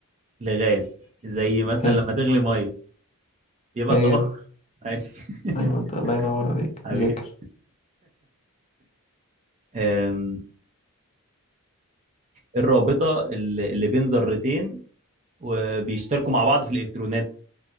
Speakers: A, on the right; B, on the left.
A: لغاز زي مثلا
B: حلو
A: لما تغلي مية يبقى
B: حلو
A: الطبخ ماشي <laughs>
B: أيوة أنت الله ينور عليك
A: حبيبي
B: مذاكر
A: أم، الرابطة اللي اللي بين ذرتين وبيشتركوا مع بعض في الإلكترونات